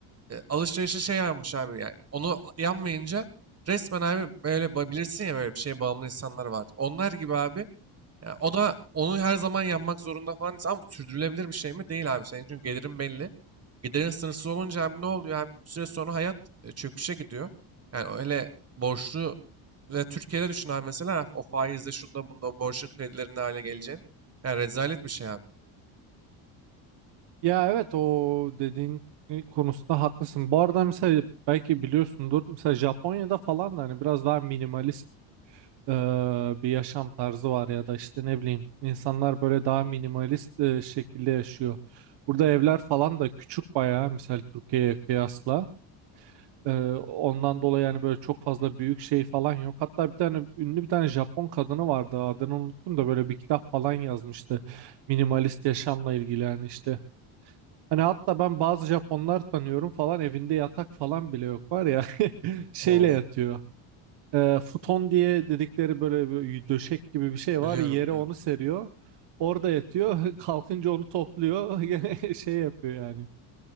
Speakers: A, on the right; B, on the right.
A: E, alışverişe şey yapmış abi yani. Onu yanmayınca resmen abi böyle ba- bilirsin ya böyle bir şeye bağımlı insanlar vardır. Onlar gibi abi ya o da onu her zaman yapmak zorunda falan insan ama sürdürülebilir bir şey mi? Değil abi. Senin çünkü gelirin belli. Gelirin sınırsız olunca abi ne oluyor abi? Bir süre sonra hayat e, çöküşe gidiyor. Yani öyle borçlu ve Türkiye'de düşün abi mesela o faizde şunda bunda o borcun kredilerinde hale geleceğini Yani rezalet bir şey abi.
B: Ya evet o dediğin konusunda haklısın. Bu arada mesela belki biliyorsundur mesela Japonya'da falan da hani biraz daha minimalist eee, bir yaşam tarzı var ya da işte ne bileyim insanlar böyle daha minimalist eee, şekilde yaşıyor. Burada evler falan da küçük bayağı misal Türkiye'ye kıyasla. Eee, ondan dolayı yani böyle çok fazla büyük şey falan yok. Hatta bir tane ünlü bir tane Japon kadını vardı adını unuttum da böyle bir kitap falan yazmıştı. Minimalist yaşamla ilgili yani işte. Hani hatta ben bazı Japonlar tanıyorum falan evinde yatak falan bile yok var ya <laughs> şeyle
A: O
B: yatıyor e, futon diye dedikleri böyle bir döşek gibi bir şey
A: biliyorum
B: var. Yere
A: diyorum.
B: onu seriyor. Orada yatıyor. <laughs> Kalkınca onu topluyor. <laughs> Gene şey yapıyor yani.